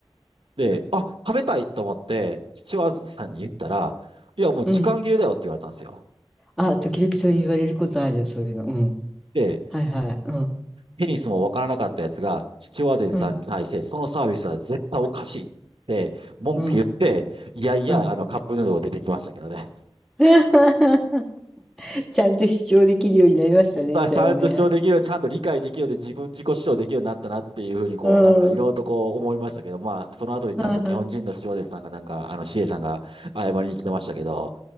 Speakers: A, on the right; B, in the centre.
A: で、あ、食べたいと思って、父親さんに言ったら、いや、もう時間切れだよって言われたんですよ。
B: うんあ、時々そう言われることある、そういうの。うん。
A: で、
B: はいはい。うん
A: テニスもわからなかったやつが、シチュワーデンさんに対して、
B: うん
A: そのサービスは絶対おかしいって文句言って、
B: うん
A: いやいや、
B: うん。
A: あの、カップヌードルが出てきましたけどね。
B: <laughs> ちゃんと主張できるようになりましたね、
A: さちゃんと主張できるように、
B: じゃあね。
A: ちゃんと理解できるようで、自分自己主張できるようになったなっていうふうに、こう、
B: うん。
A: なんかいろいろとこう思いましたけど、
B: は
A: まあ、その後にちゃんと日本人のスチュワーデンさんが、
B: いはい。
A: なんか、あの、シエさんが謝りに来てましたけど、